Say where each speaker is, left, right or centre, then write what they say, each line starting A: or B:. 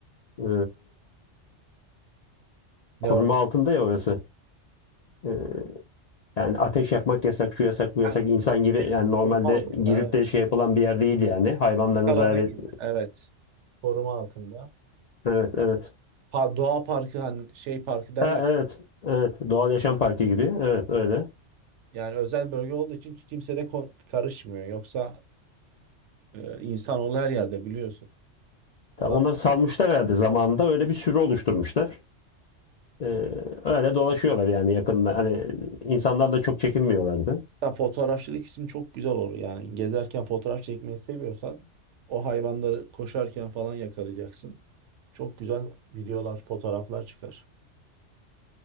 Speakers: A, on the left; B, on the right.
A: Ee,
B: Ne
A: koruma
B: onlar?
A: altında ya orası. Ee, yani ateş yakmak yasak, şu yasak, bu yasak.
B: Yani
A: İnsan giri yani normalde
B: Koruma altında
A: girip
B: evet.
A: de şey yapılan bir yer değil yani. Hayvanların
B: Kalana
A: zarar et-
B: gibi. Evet. Koruma altında.
A: Evet, evet.
B: Pa- doğa parkı hani şey parkı derler.
A: Ha, evet, evet. Doğal Yaşam Parkı gibi. Evet, öyle.
B: Yani özel bölge olduğu için kimse de kon- karışmıyor. Yoksa e, insanoğlu her yerde biliyorsun. Orada
A: Ta- Onlar salmışlar herhalde zamanında. Öyle bir sürü oluşturmuşlar. Ee, öyle dolaşıyorlar yani yakında. Hani insanlar da çok çekinmiyorlardı.
B: Hatta fotoğrafçılık için çok güzel olur. Yani gezerken fotoğraf çekmeyi seviyorsan o hayvanları koşarken falan yakalayacaksın. Çok güzel videolar, fotoğraflar çıkar.